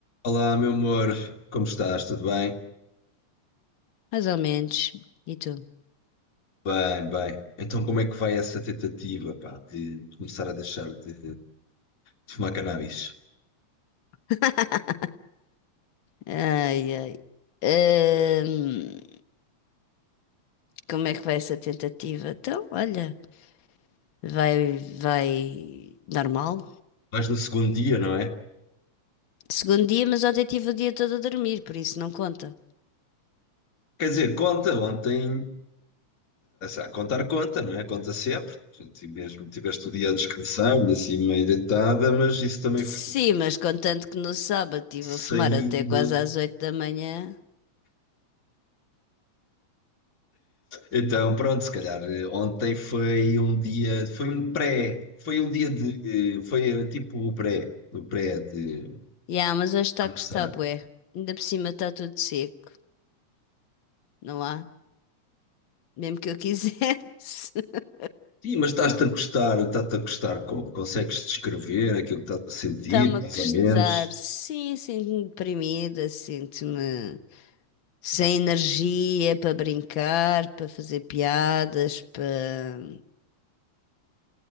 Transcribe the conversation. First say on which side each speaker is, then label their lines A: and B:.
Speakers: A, on the left; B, on the left.
A: Olá, meu amor, como estás? Tudo bem?
B: Mais ou menos. E tu?
A: Bem, bem. Então, como é que vai essa tentativa, pá, de começar a deixar de, de fumar cannabis?
B: <laughs> Ai, ai. Ahm, como é que vai essa tentativa? Então, olha, vai, vai normal.
A: Vais no segundo dia, não é?
B: Segundo dia, mas ontem tive o dia todo a dormir, por isso não conta.
A: Quer dizer, conta, ontem, a contar conta, não é? Conta sempre. Portanto, E mesmo tiveste o dia a descansar e assim meio deitada, mas isso também
B: Sim,
A: ficou
B: mas contando que no sábado estive a fumar
A: saindo.
B: até quase às 8 da manhã.
A: Então, pronto, se calhar eh, ontem foi um dia, foi um pré, foi um dia de, foi eh, tipo o pré, o pré de
B: Ya, mas hoje está
A: começar.
B: que está bué. Ainda por cima está tudo seco, não há? Mesmo que eu quisesse. <laughs>
A: Sim, mas estás-te a gostar, estás-te a gostar como? Consegues descrever aquilo que estás a sentir,
B: Está-me a
A: mais
B: custar.
A: ou menos?
B: Sim, sinto-me deprimida, sinto-me. sem energia para brincar, para fazer piadas, para.